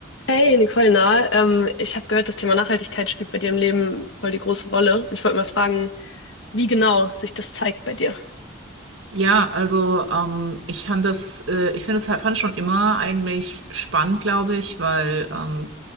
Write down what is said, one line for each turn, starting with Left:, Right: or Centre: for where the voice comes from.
Left: Hey Nicole, na, ähm, ich habe gehört, das Thema Nachhaltigkeit spielt bei dir im Leben voll die große Rolle. Und ich wollte mal fragen, wie genau sich das zeigt bei dir.
Right: Ja, also ähm, ich fand das, äh, ich finde es halt, fand schon immer eigentlich spannend, glaube ich, weil ähm,